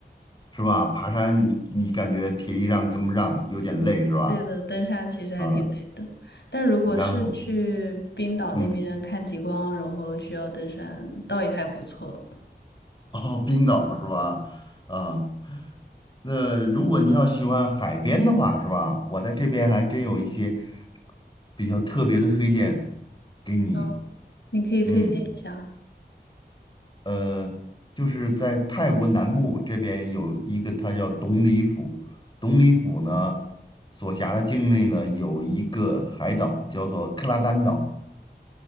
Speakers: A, on the left; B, on the left.
A: 是吧？爬山你你感觉体力上跟不上，有点累是吧？
B: 累的，登山其实还挺累的，
A: 啊，
B: 但如果是去冰岛那边看极光，
A: 然后嗯，
B: 然后需要登山，倒也还不错。
A: 哦，冰岛是吧？啊，那如果你要喜欢海边的话，是吧？我在这边还真有一些比较特别的推荐给你，
B: 嗯，你可以推荐一下。
A: 嗯。呃，就是在泰国南部这边有一个，它叫董里府。董里府呢，所辖的境内呢有一个海岛，叫做克拉丹岛。